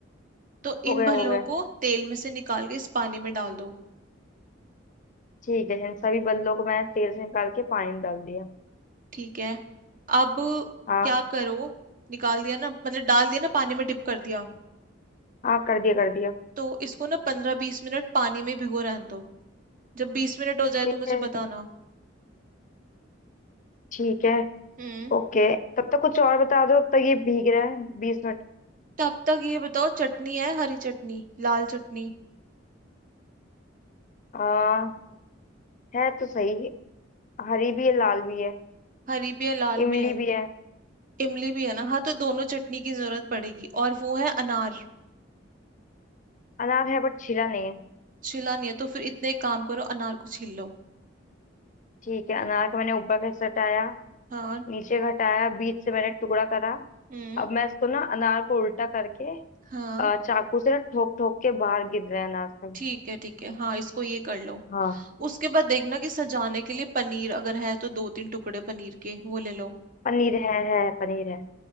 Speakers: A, on the right; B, on the left.
A: तो
B: हो
A: इन
B: गया
A: भल्लों
B: हो गया
A: को तेल में से निकाल के इस पानी में डाल दो
B: ठीक है इन सभी बल्लों को मैंने तेल से निकाल के पानी में डाल दिया
A: ठीक है अब
B: हाँ
A: क्या करो निकाल दिया ना मतलब डाल दिया ना पानी में डिप कर दिया
B: हाँ कर दिया कर दिया
A: तो इसको ना पंद्रह बीस मिनट पानी में भिगो रहने दो जब बीस मिनट हो जाए
B: ठीक
A: तो मुझे
B: है
A: बताना
B: ठीक है
A: हम्म
B: ओके तब तक कुछ और बता दो तब तक ये भीग रहा है बीस मिनट
A: तब तक ये बताओ चटनी है हरी चटनी लाल चटनी
B: आ, है तो सही हरी भी है लाल भी है
A: हरी भी है लाल
B: इमली
A: भी है
B: भी है
A: इमली भी है ना हाँ तो दोनों चटनी की जरूरत पड़ेगी और वो है अनार
B: अनार है बट छिला नहीं है
A: छिला नहीं है तो फिर इतने एक काम करो अनार को छील लो
B: ठीक है अनार का मैंने ऊपर का हिस्सा हटाया
A: हाँ
B: नीचे का हटाया बीच से मैंने टुकड़ा करा
A: हम्म
B: अब मैं इसको ना अनार को उल्टा करके
A: हाँ
B: अ, चाकू से ना ठोक ठोक के बाहर गिर रहे हैं अनार सब
A: ठीक है ठीक है हाँ इसको ये कर लो
B: हाँ
A: उसके बाद देखना कि सजाने के लिए पनीर अगर है तो दो तीन टुकड़े पनीर के वो ले लो
B: पनीर है है पनीर है